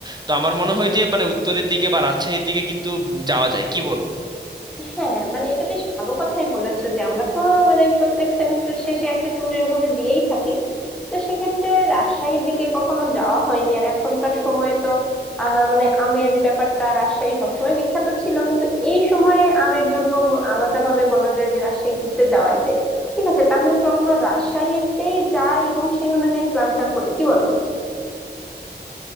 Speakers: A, on the right (about 25°); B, in the centre.
A: তো আমার মনে হয় যে মানে উত্তরের দিকে বা রাজশাহীর দিকে কিন্তু যাওয়া যায় কি বলো
B: হ্যাঁ মানে এটা বেশ ভালো কথাই বলেছো যে আমরা তো মানে প্রত্যেক সেমিস্টার শেষে একটা ট্যুর এভাবে দিয়েই থাকি তো সেক্ষেত্রে রাজশাহীর দিকে কখনো যাওয়া হয়নি আর এখনকার সময়ে তো আহ মানে আমের ব্যাপারটা রাজশাহী সবসময় বিখ্যাত ছিল কিন্তু এই সময়ে আমের জন্য ব- আলাদাভাবে বলা যায় যে রাজশাহী ঘুরতে যাওয়াই যায় ঠিক আছে তাহলে চলো আমরা রাজশাহীতেই যাই এবং সেই অনুযায়ী প্ল্যানটা করি কি বলো